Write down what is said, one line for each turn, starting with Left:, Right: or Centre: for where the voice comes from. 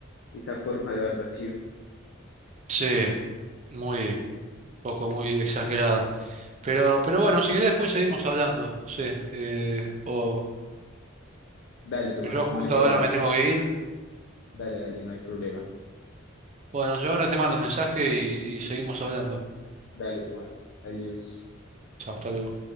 Left: esa forma de evaluación.
Right: Sí, muy poco, muy exagerada. Pero, pero bueno, si querés después seguimos hablando, no sé. eh, o
Left: Dale, Tomás,
Right: yo justo
Left: no hay problema.
Right: ahora me tengo que ir.
Left: Dale, dale, no hay problema.
Right: Bueno, yo ahora te mando un mensaje y, y seguimos hablando.
Left: Dale, Tomás, adiós.
Right: Chao, hasta luego.